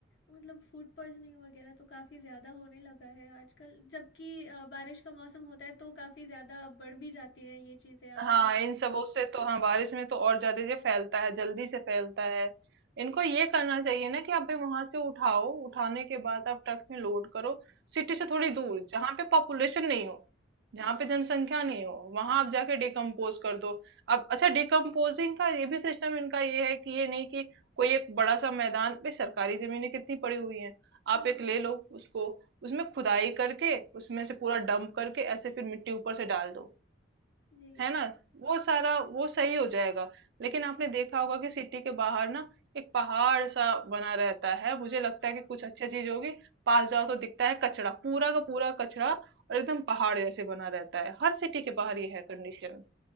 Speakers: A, on the left; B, on the right.
A: मतलब फूड पॉइज़निंग वगैरह तो काफ़ी ज़्यादा होने लगा है आजकल। जबकि अ, बारिश का मौसम होता है तो काफ़ी ज़्यादा बढ़ भी जाती हैं ये चीज़ें आपने
B: हाँ
A: देखी
B: इन सबों से तो हाँ बारिश में तो और ज्यादा ये फैलता है जल्दी
A: हाँ,
B: से फैलता है इनको ये करना चाहिए ना कि आप भाई वहां से उठाओ उठाने के बाद आप ट्रक में लोड करो सिटी
A: जी।
B: से थोड़ी दूर जहाँ पे पॉपुलेशन नहीं हो जहाँ
A: हाँ।
B: पे जनसंख्या नहीं हो वहां आप जाके डिकम्पोज कर दो अब अच्छा डिकम्पोजिंग का ये भी सिस्टम इनका ये है कि ये नहीं कि कोई एक बड़ा सा मैदान पे सरकारी जमीनें कितनी पड़ी हुई हैं
A: हुँ,
B: आप एक ले
A: हुँ।
B: लो उसको उसमें खुदाई करके उसमें से पूरा डंप करके ऐसे फिर मिट्टी ऊपर से डाल दो
A: जी।
B: है ना वो सारा वो सही हो जाएगा लेकिन आपने देखा होगा कि सिटी के बाहर ना एक पहाड़ सा बना रहता है
A: हाँ,
B: मुझे लगता
A: हाँ,
B: है कि कुछ अच्छा चीज होगी पास जाओ तो दिखता है कचरा पूरा का पूरा कचरा और एकदम पहाड़ जैसे बना रहता है हर सिटी
A: जी।
B: के बाहर ये है कंडीशन